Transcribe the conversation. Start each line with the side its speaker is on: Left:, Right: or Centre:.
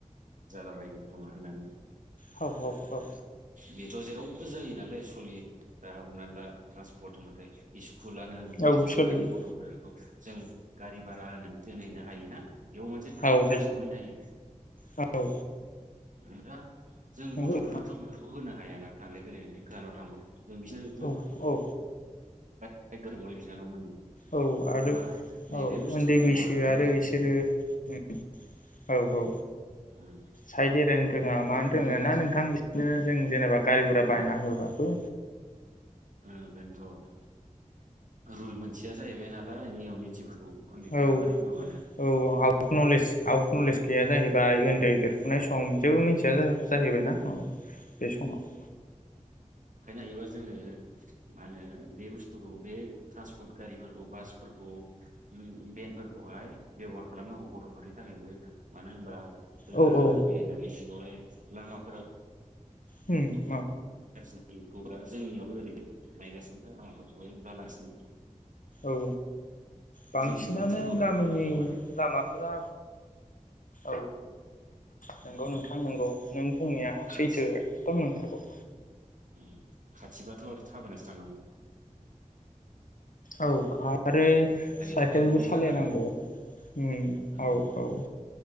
Right: जालाबायगोन खोमा होननानै
Left: हौ हौ औ
Right: बेथ' जेरावबो जायो नालाय सलियो दा हमना ला ट्रान्सपर्ट होनबाथाय इस कुलानो होन कलेजानो
Left: औ सोलियो
Right: होन दानि गथ'फोरख जों गारि भारा होनानै दोनहैनो हायोना? बेयाव मोनसे टाइमाव
Left: औ
Right: जों सहैनो हायो
Left: हायो औ
Right: <unintelligible> जों
Left: नंगौ
Right: गथ'फोरनोथ' बेफोरखौ होनो हायाना थांलाय फैलायलायनि थाय गोजानाव थांबा जों बिसोरनो जों
Left: औ औ औ
Right: <unintelligible> बिनानाव मोननो
Left: औ आरो
Right: होमबा नैबे
Left: औ
Right: बुस्थुखौ
Left: उन्दै
Right: बेब'हार
Left: बैसो
Right: खालामनांगौ
Left: आरो बिसोरो उ औ औ
Right: उम
Left: साइद एरायनो रोङा मानो
Right: आरो बेयाव
Left: रोङा
Right: मोनसे
Left: ना नोंथां बिसिनो
Right: उम
Left: जों जेनेबा गारि गुरा
Right: ओ
Left: बायना होबाबो
Right: ओ बेनोथ' रुल मोन्थिया जाहैबाय नालाय नियम नितिफोरखौ उन्दैफोरा
Left: औ
Right: बोरै माबानो
Left: औ आउफट नलिज आउफट नलिज गैया जाहैबाय उन्दै देरफुनाय सम जेबो मिथिया जाह जाहैबायना उ बे समाव
Right: खायनो हायोबा जोंङो मा होनो बे बुस्थुखौ बे ट्रान्सपर्ट गारिफोरखौ बासफोरखौ उ भेनफोरखौहाय बेब'हार खालामनांगौ गथ'फोरनि थाखायबो मानो होनबा जोंहा
Left: औ औ
Right: दायो दानि जुगावहाय लामाफोरा
Left: होम
Right: <unintelligible> जोंनियाव ओरै नायगासिनोखा <unintelligible> जालासिनो
Left: औ बांसिनानो
Right: बेफोराव थोनहरनो
Left: गामिनि
Right: हानांगौ आरो
Left: लामाफोरा औ नंगौ
Right: उम
Left: नोंथां नोंगौ नों बुंनाया
Right: खाथि
Left: सैथो एखदम नोंथारगौ
Right: उम खाथिबाथ' आरो थाबायनासो थानांगौ
Left: औ आरो साइकेलबो
Right: थाखायबो मोजां
Left: सालायनांगौ
Right: आरो
Left: ओम
Right: उम
Left: औ-औ